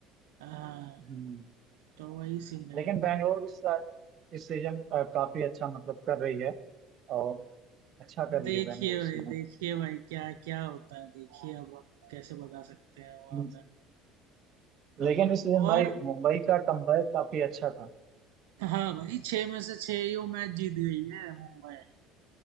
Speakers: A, on the right (about 80°); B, on the right (about 50°).
A: हाँ
B: हम्म,
A: तो वही सीन है
B: लेकिन बैंगलोर इस साल इस सीजन अ, काफी अच्छा मतलब कर रही है और अच्छा कर रही
A: देखिए
B: है बैंगलोर इस
A: भाई
B: सीजन
A: देखिए भाई क्या क्या होता है देखिए अब हम कैसे बता सकते हैं वहां
B: हम्म,
A: पे
B: लेकिन इस सीजन
A: और
B: भाई मुंबई का कमबैक काफी अच्छा था
A: हाँ भाई छह में से छह ही वो मैच जीत गई है मुंबई